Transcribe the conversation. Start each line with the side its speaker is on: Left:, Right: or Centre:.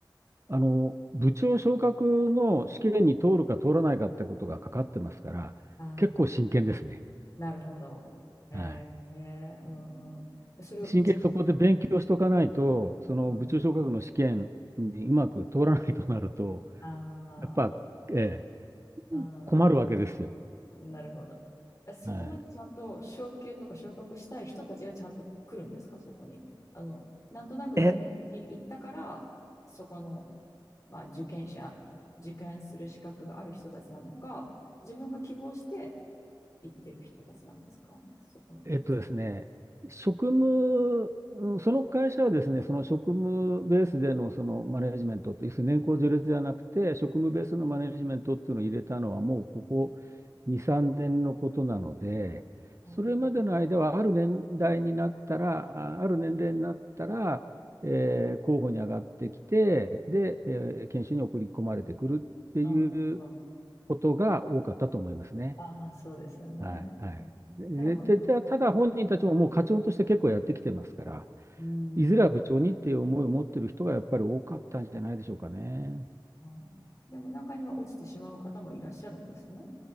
Right: あの、部長昇格の試験に通るか通らないかってことがかかってますから、
Left: ああ、
Right: 結構真剣ですね。
Left: なるほど。えーえーうんうん。
Right: はい。
Left: でそれを一日、
Right: 真剣にそこで勉強しとかないと、その部長昇格の試験にうまく通らないとなると、
Left: うん、あ
Right: やっぱ、ええ、
Left: あ、
Right: 困るわけですよ。
Left: うんなるほど。えそこまでちゃんと昇級とか昇格したい人たちがちゃんと来るんですか、
Right: はい
Left: そこに。あの、なんとなく年齢的に行ったから、
Right: え、
Left: そこの、まあ、受験者、受験する資格がある人たちなのか、自分が希望して行ってる人たちなんですか、そこの講座。
Right: えっとですね、職務、うんその会社はですね、その職務ベースでのそのマネジメントって、要するに年功序列ではなくて、職務ベースのマネジメントっていうのを入れたのは、もうここ2、3年のことなので、
Left: うんうん
Right: それまでの間は、ある年代になったら、あある年齢になったら、えー候補に上がってきて、で、えー研修に送り込まれてくるっていう
Left: うんうん。
Right: ことが多かったと思いますね。
Left: ああ、そうですよね。
Right: はい、はい。
Left: うん、
Right: で、
Left: ならもう今は。
Right: ででただ本人たちももう課長として結構やってきてますから、
Left: うん。
Right: いずれは部長にっていう思いを持ってる人がやっぱり多かったんじゃないでしょうかね。
Left: うんでも中には落ちてしまう方もいらっしゃるんですね。